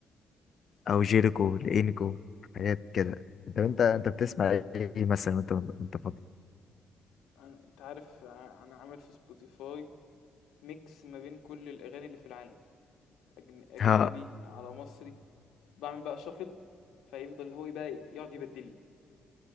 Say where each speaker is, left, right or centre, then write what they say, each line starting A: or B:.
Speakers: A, on the left; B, on the left.
A: او جيريكو لإنكو حاجات كده انت انت انت بتسمع ايه مثلا وانت وانت فاضي
B: انا انت عارف ع- انا عامل في سبوتيفاي ميكس ما بين كل الاغاني اللي في العالم أجن... اجنبي
A: ها
B: على مصري بعمل بقى شافل فيفضل هو بقى يقعد يبدل لي